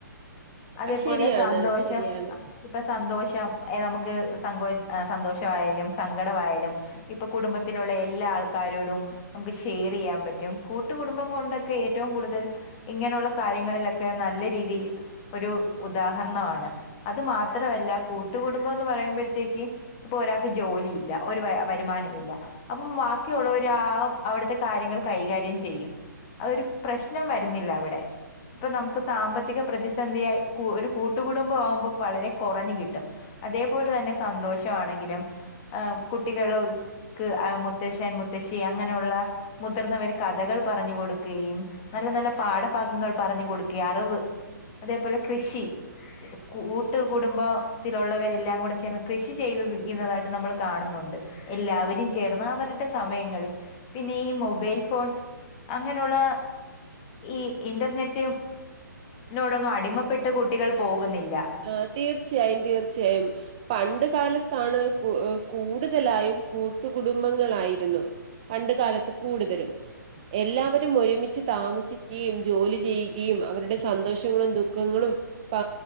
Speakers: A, on the left; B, on the right.
A: അതേപോലെ
B: ആ ശരിയാണ്
A: സന്തോഷം
B: ശരിയാണ്.
A: അ സന്തോഷം നമക്ക് സ സന്തോഷ ആാലും സങ്കട ആാലും ഇപ്പൊ കുടുംബത്തിലുള്ള എല്ലക്കാരോട ന ചെയ്യാൻ പറ്റും കൂട്ടടുംബം കൊണ്ടൊക്കെ ഏറ്റ കൂടു ഇങ്ങനെയുള്ള കാര്യങ്ങളിലൊക്കെ നല്ല രീതിയിൽ ഒരു ഉദാഹരണമാണ് അത് മാത്ര മാത്രമല്ല കൂട്ടുക കുടുംബം എന്ന് പറയുമ്പോഴത്തേക്ക് ഇപ്പൊ ഒരാൾക്ക് ജോലി ഇല്ല ഒരു വ വരുമാന ഇല്ല അപ്പം ബാക്കിയുള്ളവര് ആ അവിടുത്തെ കാര്യങ്ങൾ കൈകാര്യം ചെയ്യും അതൊരു പ്രശ്നം വരുന്നില്ലവിടെ ഇപ്പൊ നമുക്ക് സാമ്പത്തിക പ്രതിസന്ധിയായി ഒരു കൂട്ടുക കുടുംബം ആവുമ്പോ വളരെ കുറഞ്ഞു കിട്ടും അതേപോലെ തന്നെ സന്തോഷമാണെങ്കിലും കുട്ടികൾക്ക് മുത്തശ്ശൻ മുത്തശ്ശി അങ്ങനെയുള്ള മുതിർന്നവർ കഥകൾ പറഞ്ഞു കൊടുക്കുകയും നല്ല നല്ല പാഠഭാഗങ്ങൾ പറഞ്ഞു കൊടുക്കുക അറിവ് അതേപോലെ കൃഷി കൂട്ട് കുടുംബത്തിലുള്ളവരെല്ലാം കൂടെ ചേർ കൃഷി ചെയ്ത് ചെയ്യുന്നതായിട്ട് നമ്മൾ കാണുന്നുണ്ട് എല്ലാവരും ചേർന്ന അവരുടെ സമയങ്ങളിൽ പിന്നെ ഈ മൊബൈൽ ഫോൺ അങ്ങനെയുള്ള ഈ ഇന്റർനെറ്റിനോടൊന്നും അടിമപ്പെട്ട് കുട്ടികൾ പോകുന്നില്ല
B: ആ തീർച്ചയായും തീർച്ചയായും പണ്ട് കാലത്താണ് കൂടുതലായും കൂട്ടുകുടുംബങ്ങളായിരുന്നു പണ്ട കാലത്ത് കൂടുതലും എല്ലാവരും ഒരുമിച്ച് താമസിക്കുകയും ജോലി ചെയ്യുകയും അവരുടെ സന്തോഷങ്ങളും ദുഃഖങ്ങളും പ്പ